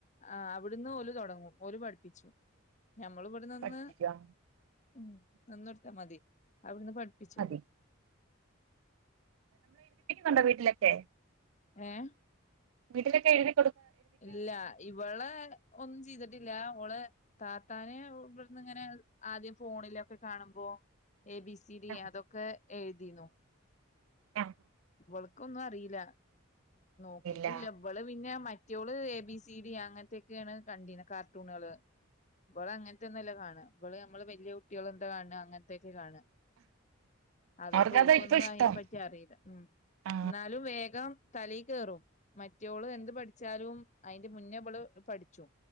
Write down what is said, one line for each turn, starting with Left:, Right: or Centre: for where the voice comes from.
Left: ആഹ് അവിടുന്ന് ഓലു തൊടങ്ങും ഓര് പഠി പിച്ചു ഞമ്മൾ ഇവടെ നിന്ന്
Right: പഠിപ്പിക്കുവാ
Left: ഉം നിന്നൊടുത്താ മതി അവിടുന്ന് പഠിപ്പിച്ചു
Right: മതി
Left: വിടും
Right: ണ്ടൊ വീട്ടിലൊക്കെ
Left: ഏ ഹ്
Right: വീട്ടിലെക്കെഴിതി
Left: ഇല്ല ഇവള് ഒന്നും ചിയ്തിട്ടില്ല ഓള് താത്താനെ ഇവിടുന്ന് ഇങ്ങനെ ആദ്യം ഫോണിലൊക്കെ കാണുമ്പോ എ ബിസി ഡി
Right: ആ
Left: അതൊക്കെ എഴുതിന്നൊ
Right: ഞ
Left: ഇവൾക്കൊന്നു അറീല നോകീറ്റുല്ല
Right: ഇല്ല
Left: ഇവള് പിന്നെ മ ട്ട്യോള് എ ബി സി ഡി അങ്ങൻത്തെ ക്കെണ് കണ്ടിനെ കാർട്ടൂണെള് ഇബള് അങ്ങൻത്തൊന്നും അല്ല കാണ് അ ഇവള് നമ്മള് വല്ല്യ കുട്ട്യോള് എന്താ കാണ്ണ് അങ്ങൻത്തെ ഒക്കെ കാണ അതോണ്ട്
Right: അവർക്കതാ
Left: ഓൾകൊന്നും
Right: ഇപ്പൊ ഇഷ്ടം
Left: അയിനെ പറ്റി അറീല. ഉം
Right: ആ
Left: ന്നാലും വേഗം തലേ കേറും മറ്റോള് എന്തു പഠിച്ചാലും അയിന്റെ മുന്നേ വള് പഠിച്ചും